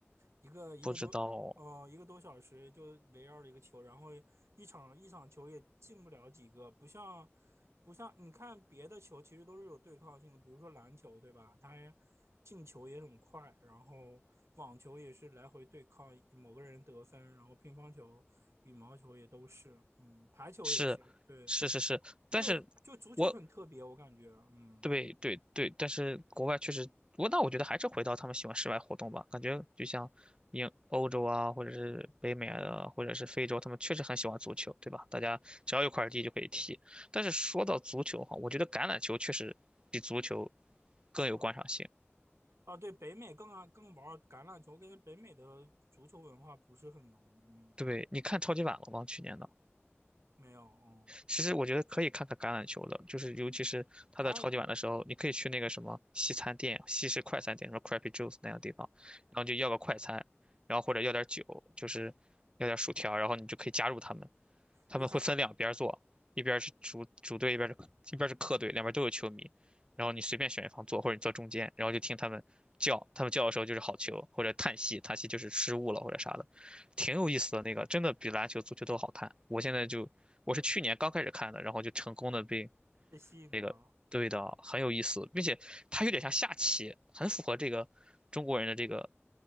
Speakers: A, on the right (about 80°); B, on the right (about 20°).
A: 一个一个多呃，
B: 不知道
A: 一个多小时就围绕着一个球，然后一场一场球也进不了几个，不像不像你看别的球其实都是有对抗性的，比如说篮球，对吧？它进球也很快，然后网球也是来回对抗某个人得分，然后乒乓球、羽毛球也都是，嗯，排球也是，
B: 是是是是，
A: 对
B: 但是我
A: 对，就足球很特别，我感觉，嗯，
B: 对对对，但是国外确实，我那我觉得还是回到他们喜欢室外活动吧。感觉就像英欧洲啊，或者是北美啊，或者是非洲，他们确实很喜欢足球，对吧？大家只要有块地就可以踢。但是说到足球哈，我觉得橄榄球确实比足球
A: 好
B: 更有观赏性。
A: 啊，对，北美更啊更玩橄榄球，跟北美的足球文化不是很浓，嗯，
B: 对，你看超级碗了吗？去年的。
A: 没有，嗯。
B: 其实我觉得可以看看橄榄球的，就是尤其是他到超级碗的时候，
A: 橄榄
B: 你可以去那个什么西餐店、西式快餐店，什么 Crappy j u i c e 那样的地方，然后就要个快餐，然后或者要点酒，就是要点薯条，然后你就可以加入他们，他们会分两边儿坐，
A: 对，还
B: 一边儿是主主队，一边儿是客一边儿是客队，两边儿都有球迷。然后你随便选一方坐，或者你坐中间，然后就听他们叫，他们叫的时候就是好球，或者叹息，叹息就是失误了或者啥的，挺有意思的那个，真的比篮球、足球都好看。我现在就我是去年刚开始看的，然后就成功的被
A: 被吸引了。
B: 那个对的很有意思，并且它有点像下棋，很符合这个中国人的这个